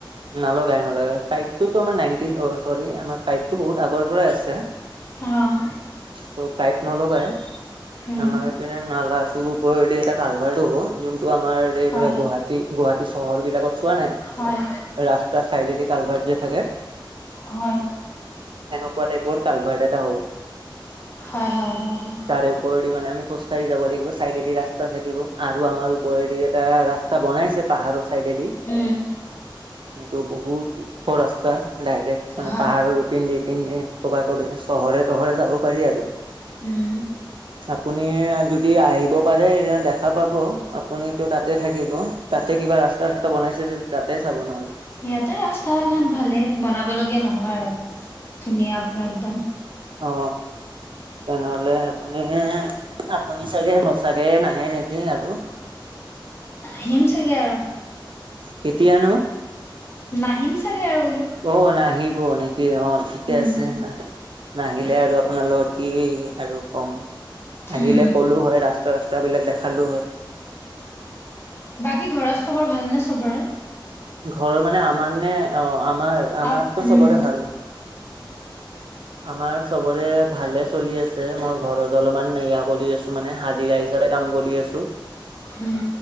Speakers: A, on the right; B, on the left.
A: নালগাই নলগাই পাইপ টোতো আমাৰ নাইনটিন অ চৰি আমাৰ পাইপতটো বহুত আগৰ। পৰাই আছে
B: অ'
A: ত পাইপ নলগাই।
B: উম,
A: আমাৰ ইপিনে নালাতো উপৰেদি এটা কালভাৰ্ট হ'ব। যোনটো আমাৰ এইবিলাক
B: হয়
A: গুৱাহাটী গুৱাহাটী চহৰ বিলাকত চোৱা নাই?
B: হয়
A: ৰাস্তাৰ চাইডেদি কালভাৰ্ট যে থাকে।
B: হয়।
A: এনেকুৱা টাইপৰ কালভাৰ্ট এটা হ'ব।
B: হয়, হয়, হয়, হয়।
A: তাৰেওৰেদি মানে আমি খোজকাঢ়ি যাব লাগিব চাইডেদি ৰাস্তা থাকিব আৰু আমাৰ ওপৰেদি এটা ৰাস্তা। তা বনাইছে পাহাৰৰ চাইডেদি।
B: উম,
A: এইটো বহুত ওখ ৰাস্তা ডাইৰেক্ট মানে
B: হয়
A: পাহাৰৰ পিন্ধি। পিনে ক'বা কবে চহৰে তহৰে যাব পাৰি আৰু।
B: উম।
A: আপুনি যদি আহিব পাৰে এ দেখা পাব আপুনিতো তাতে থাকিব। তাতে কিবা ৰাস্তা চাস্তা বনাইছে যদি তাতে চাব নহ'লে।
B: ইয়াতে ৰাস্তা ঘাট ভালে বনাব লগীয়া নহয় আৰু ধুনীয়া পুৰা একদম।
A: অ। তেনেহলে আপুনি আপুনি চাগে সচাকে নাহে নেকি আৰু।
B: আহিম চাগে আৰু।
A: কেতিয়ানো?
B: নাহিম চাগে আৰু বোলো।
A: অ নাহিব নেকি অ ঠিকে
B: উম
A: আছে ন নাহিলে আৰু আপোনাৰ লগত। কি আৰু কম আহিলে
B: উম
A: ক'লো হয়! ৰাস্তা, ৰাস্তা বিলাক দেখালো হয়!
B: বাকী ঘৰত খবৰ ভাল নে চবৰে!
A: ঘৰৰ মানে, আমাৰ নে! অঁ, আমাৰ, আমাৰতো
B: আ উম
A: চবৰে ভাল! আমাৰ চবৰে, ভালে চলি আছে! মই ঘৰত অলপমান নয়া কৰি আছো! মানে, হাজিৰা হিচাপে কাম কৰি আছো!
B: উম